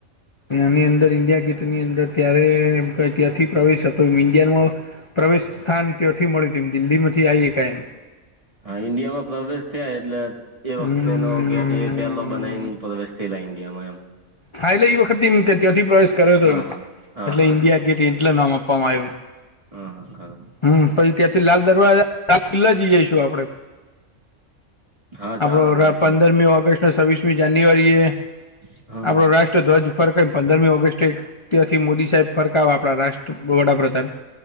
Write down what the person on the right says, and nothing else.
હા ઈન્ડિયામાં પ્રવેશ થયા એટલે એ વખતેનો
ગેટ એ પહેલો બનાઈને પ્રવેશ થયેલા ઇન્ડિયામાં એમ.
હા
હા. હા
હા
હા
હા
હા હા
ચાલો
ત્યાંથી
હા
હા